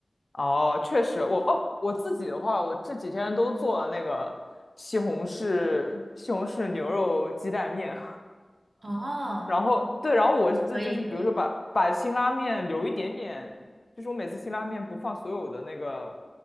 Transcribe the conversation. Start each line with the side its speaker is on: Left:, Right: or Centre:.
Left: 哦，确实，我哦，我自己的话，我这几天都做了那个西红柿西红柿牛肉鸡蛋面，
Right: 哦，
Left: <laughs> 然后对，然后我是就是比如说把把辛拉面留一点点，
Right: 可以，可以，
Left: 就是我每次辛拉面不放所有的那个